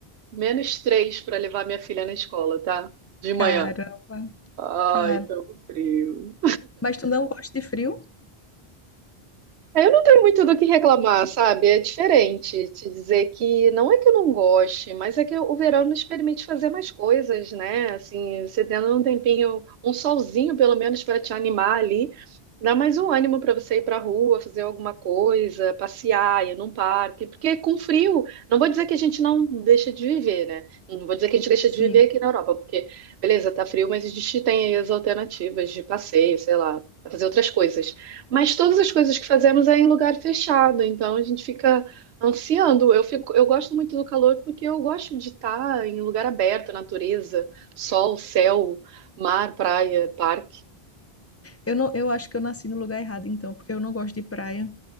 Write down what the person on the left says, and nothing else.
Caramba,
cara.
Mas tu não gosta de frio?
Sim.
Eu não, eu acho que eu nasci no lugar errado, então, porque eu não gosto de praia,